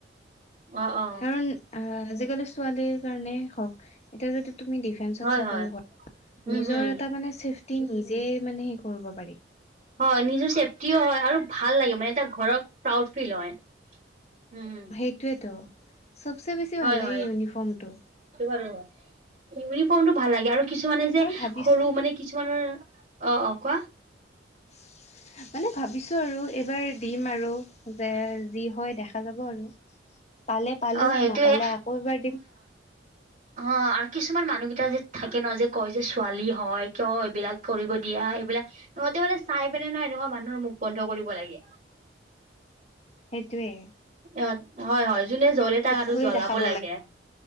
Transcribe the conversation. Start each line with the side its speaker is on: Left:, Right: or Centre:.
Right: অ', অ',
Left: কিছুমান আহ আজি কালি ছোৱালীৰ কাৰণে হওক এতিয়া যদি তুমি দডিফেন্সত
Right: হয়
Left: চাকৰি
Right: হয়
Left: কৰে
Right: উম
Left: নিজৰ
Right: হম
Left: এটা মানে চেফটি নিজে মানে সে কৰিব পাৰি।
Right: হয় নিজৰ চেফটিও হয় আৰু ভাল লাগে মানে এটা ঘৰক প্ৰাউড ফিল হয় উম,
Left: সেইটোৱেতো চবচে বেছি
Right: হয়
Left: ভাল লাগে
Right: হয়
Left: ইউনিফৰ্মটো।
Right: <unintelligible> ইউনিফৰ্মটো ভাল লাগে আৰু কিছুমানে যে
Left: আৰু ভাবিছো
Right: সৰু মানে কিছুমানৰ অ', অ', কোৱা?
Left: <unintelligible> মানে ভাবিছো আৰু এইবাৰ দিম আৰু যে যি হয় দেখা যাব আৰু। পালে পালোঁ
Right: অ সেইটোয়ে
Left: নাপালে আকৌ এবাৰ দিম।
Right: হ আৰু কিছুমান মানুহকেইটা যে থাকে ন' যে কয় যে ছোৱালী হয় কিয় এইবিলাক কৰিব দিয়া সেইবিলাক ইহঁতে মানে চাই পেনে নহয় এনেকুৱা মানুহৰ মুখ বন্ধ কৰিব লাগে।
Left: সেইটোৱে।
Right: <unintelligible> হয় -হয় যোনে জ্বলে তাক আৰু
Left: কৰি
Right: জ্বলাব
Left: দেখাব
Right: লাগে।